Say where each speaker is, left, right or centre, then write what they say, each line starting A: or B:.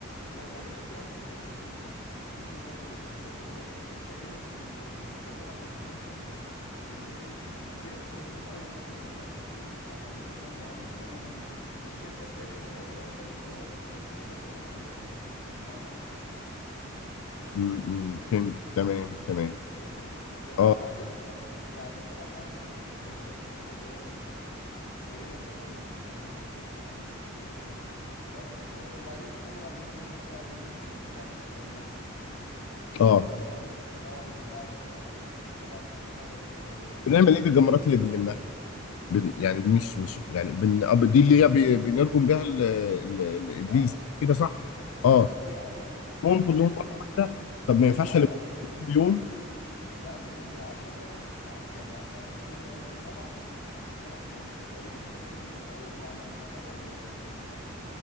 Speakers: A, on the left; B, on the left.
A: والله في يعني في بص في برضه الاتوبيسات وكده بس دي تقريبا بي بيوفروها للناس ال للناس إيه ال- الكبيره في السن او مثلا اللي هم نازلين على نظام معين او ال- الشركه بتاعتهم هي اللي وفرت لهم الاتوبيسات اللي هم هيروحوا بيها بمعنى صح
B: امم فهمت تمام تمام
A: فاهمني آه
B: اه
A: بعدين طبعا وبعدين طبعا بعد ما بتلم الجمرات وكده اللي هو ال- تقريبا 70 حاجه زي كده مش مش فاكر يعني بس آه وبعدين بتروح طبعا اليوم التاني اللي هو بتاع يوم الذبح اللي هو النحر ده
B: اه
A: بيبقى طبعا من اه من بعد الفجر طبعا بتتحرك آه، لمنى
B: بنعمل ايه بالجمرات اللي بنلمها بال... يعني دي مش مش يعني بن... آه، دي اللي هي بي- بنرجم بيها ال... ال... الابليس
A: اه
B: كده صح اه
A: دي اه مظبوط
B: هم
A: بترمي
B: كلهم مره واحده طب ما ينفعش
A: لا
B: الم
A: لا
B: بيوم
A: لا بترمي عشرة آه، يعني آه، بترمي قصدي سبعة سبع حصوات تقريبا في اليوم ال- الأول وعلى مدار أيام فاهمني